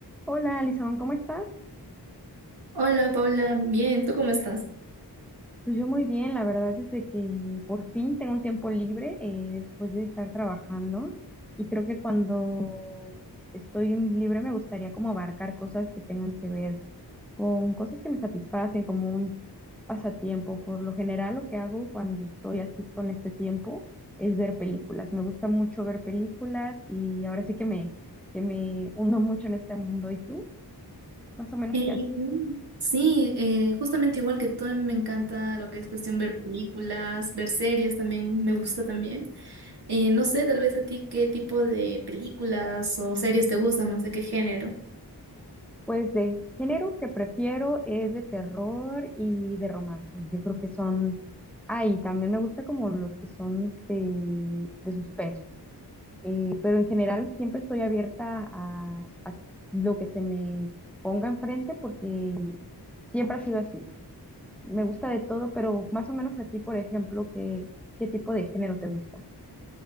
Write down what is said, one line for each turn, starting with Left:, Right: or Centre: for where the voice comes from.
Centre: Hola, Alison, ¿cómo estás?
Right: Hola Paula, bien, ¿tú cómo estás?
Centre: Pues yo muy bien, la verdad es de que por fin tengo un tiempo libre eh, después de estar trabajando y creo que cuando estoy en libre me gustaría como abarcar cosas que tengan que ver con cosas que me satisfacen, como un pasatiempo. Por lo general lo que hago cuando estoy así con este tiempo es ver películas. Me gusta mucho ver películas y ahora sí que me, que me uno mucho en este mundo. ¿Y tú? Más o menos,
Right: Eh,
Centre: ¿qué haces?
Right: sí, eh, justamente igual que tú, a mí me encanta lo que es cuestión ver películas, ver series también, me gusta también. Eh, no sé, tal vez a ti qué tipo de películas o series te gustan, no sé qué género.
Centre: Pues de género que prefiero es de terror y de romance. Yo creo que son, ay, también me gusta como los que son este, de suspenso. Eh, pero en general siempre estoy abierta a, a lo que se me ponga enfrente porque siempre ha sido así. Me gusta de todo, pero más o menos a ti, por ejemplo, ¿qué, qué tipo de género te gusta?